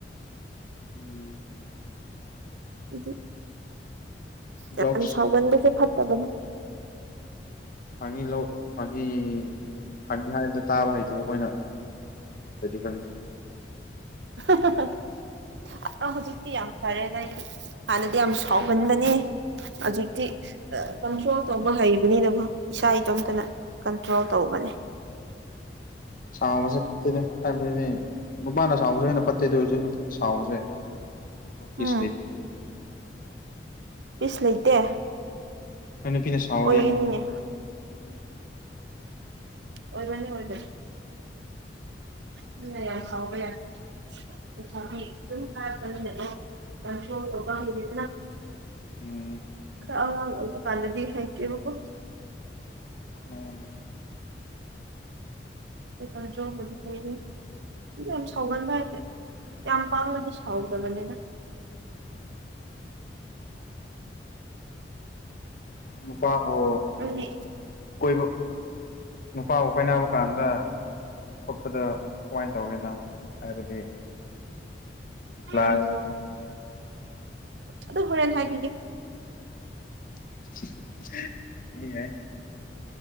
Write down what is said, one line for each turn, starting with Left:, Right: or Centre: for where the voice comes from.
Left: ꯎꯝ
Right: <unintelligible> ꯌꯥꯝ
Left: ꯖꯣꯛꯁ
Right: ꯁꯥꯎꯒꯟꯕꯁꯨ ꯐꯠꯇꯦ ꯇꯕꯅꯦ
Left: ꯐꯪꯉꯤ ꯂꯧ ꯐꯥꯉꯤ ꯐꯪꯉꯤ ꯍꯥꯏꯕꯗ ꯇꯥꯕ ꯍꯩꯇꯕ ꯑꯩꯈꯣꯏꯅ ꯁꯗꯤ ꯈꯪꯗꯦ
Right: <unintelligible> ꯑꯥ ꯍꯧꯖꯤꯛ ꯖꯤꯛꯇꯤ ꯌꯥꯝ ꯐꯔꯦꯅ ꯑꯩ ꯍꯥꯟꯅꯗꯤ ꯌꯥꯝ ꯁꯥꯎꯍꯟꯕꯅꯦ ꯍꯧꯖꯤꯛꯇꯤ ꯀꯟꯇ꯭ꯔꯣꯜ ꯇꯧꯕ ꯍꯩꯕꯅꯤꯅꯕꯨ ꯏꯁꯥ ꯏꯇꯣꯝꯇꯅ ꯀꯟꯇ꯭ꯔꯣꯜ ꯇꯧꯕꯅꯦ
Left: ꯁꯥꯎꯕꯁꯦ ꯐꯠꯇꯦꯗ ꯍꯥꯏꯕꯗꯤ ꯅꯨꯄꯥꯅ ꯁꯥꯎꯕꯁꯨꯦ ꯍꯦꯟꯅ ꯄꯠꯇꯩ ꯑꯣꯏꯔꯁꯨ ꯅꯨꯄꯤꯅ ꯁꯥꯎꯕꯁꯦ <unintelligible>
Right: ꯎꯝ ꯄꯤꯁ ꯂꯩꯇꯦ
Left: ꯍꯣꯏ ꯅꯨꯄꯤꯅ ꯁꯥꯎꯔꯗꯤ
Right: ꯑꯣꯏꯅꯤ
Left: ꯑꯃꯨꯛ
Right: ꯑꯣꯏꯕꯅꯤ ꯑꯣꯏꯕꯅꯤ ꯑꯗꯨꯅ ꯌꯥꯝ ꯁꯥꯎꯕ ꯌꯥꯗꯦ <unintelligible> ꯀꯟꯇ꯭ꯔꯣꯟ ꯇꯧꯕ ꯍꯩꯔꯦꯗꯅꯥ
Left: ꯎꯝ
Right: ꯈꯔ ꯑꯉꯥꯡ ꯑꯣꯏꯕ ꯀꯥꯟꯕꯗꯤ ꯍꯩꯇꯦꯕꯀꯣ꯫
Left: ꯃꯥꯅꯦ꯫
Right: ꯀꯟꯇ꯭ꯔꯣꯕꯨꯗꯤ ꯍꯩꯔꯦ ꯑꯗꯨ ꯌꯥꯝ ꯁꯥꯎꯒꯟꯕ ꯍꯥꯏꯁꯦ ꯌꯥꯝ ꯄꯥꯡꯅꯗꯤ ꯁꯥꯎꯗꯕꯅꯦꯗ꯫
Left: ꯅꯨꯄꯥ ꯍꯣ
Right: ꯑꯩꯗꯤ
Left: ꯀꯣꯏꯕ ꯅꯨꯄꯥꯕꯨ ꯀꯣꯏꯅꯕ ꯀꯥꯟꯗ ꯈꯣꯠꯄꯗ ꯀꯃꯥꯏꯅ ꯇꯧꯒꯦ ꯅꯪ꯫ ꯍꯥꯏꯕꯗꯤ ꯄ꯭ꯂꯥꯏ
Right: ꯑꯗꯣ ꯑꯗꯨ ꯍꯣꯔꯦꯟ ꯍꯥꯏꯕꯤꯒꯦ꯫
Left: <unintelligible> ꯌꯥꯏ-ꯌꯥꯏ꯫